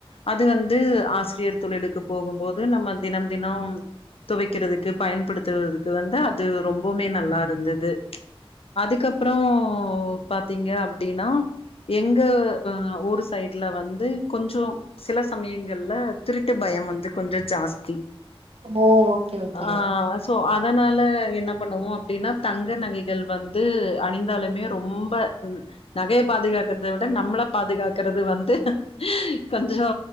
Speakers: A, on the left; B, on the right.
A: அது வந்து ஆசிரியர் தொழிலுக்கு போகும் போது நம்ம தினம் தினம் துவைக்கிறதுக்கு பயன்படுத்துறதுக்கு வந்து அது ரொம்பவுமே நல்லா இருந்தது அதுக்கப்புறோ பாத்தீங்க அப்டின்னா எங்க ஊர் சைடுல வந்து கொஞ்சோ சில சமயங்கள்ல திருட்டு பயம் வந்து கொஞ்சோ ஜாஸ்தி
B: ஓ! Okay okay.
A: ஆ சோ என்ன பண்ணுவோ அப்டின்னா தங்க நகைகள் வந்து அணிந்தாலுமே ரொம்ப நகைய பாதுகாக்கறத விட நம்மள பாதுகாக்கறது வந்து கொஞ்சோ